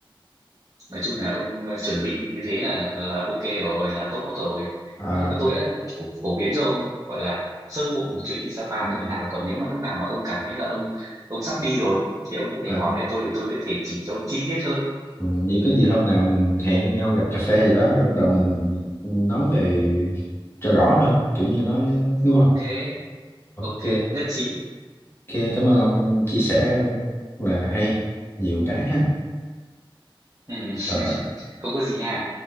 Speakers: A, on the right; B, on the left.
A: nói chung là ông ờ, chuẩn bị như thế là là ok rồi là tốt rồi
B: Ờ,
A: nói chung là tôi đã kiểu phổ biến cho ông gọi là sơ bộ một chuyến đi Sapa
B: ừ.
A: nó như nào còn nếu mà lúc nào mà ông cảm thấy là ông ông sắp đi rồi thì ông có
B: ờ,
A: thể hỏi lại tôi thì tôi có thể chỉ cho ông chi tiết hơn
B: Ừ, vậy có gì hôm nào mình hẹn nhau gặp cà phê gì đó rồi bắt đầu mình nói về cho rõ hơn kiểu như nói đúng
A: ok
B: không ok
A: ok nhất trí
B: ok cảm ơn ông chia sẻ là hay nhiều cái ha
A: ừ. <laughs>
B: Rồi.
A: không có gì nha